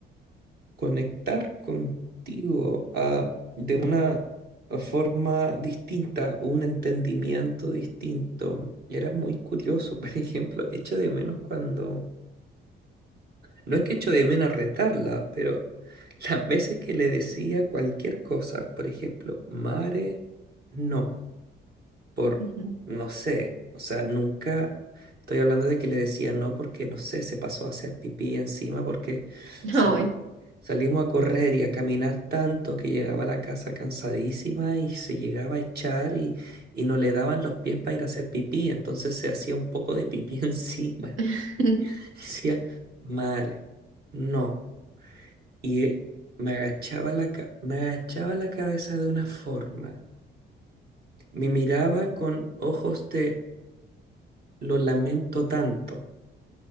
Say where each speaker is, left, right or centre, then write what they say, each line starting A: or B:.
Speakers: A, on the right; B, on the right.
A: conectar contigo a- de una forma distinta, un entendimiento distinto. Era muy curioso, <laughs> por ejemplo, echo de menos cuando No es que echo de menos retarla, pero <laughs> las veces que le decía cualquier cosa, por ejemplo, mare, no, por
B: Ujú.
A: no sé, o sea, nunca estoy hablando de que le decía no porque no sé, se pasó a hacer pipí encima porque salí-
B: Ay.
A: salimos a correr y a caminar tanto que llegaba a la casa cansadísima y se llegaba a echar y, y no le daban los pies para ir a hacer pipí, entonces se hacía un poco de pipí <laughs> encima.
B: <laughs>
A: Decía, mare, no y eh, me agachaba la, ca- me agachaba la cabeza de una forma. Me miraba con ojos de lo lamento tanto.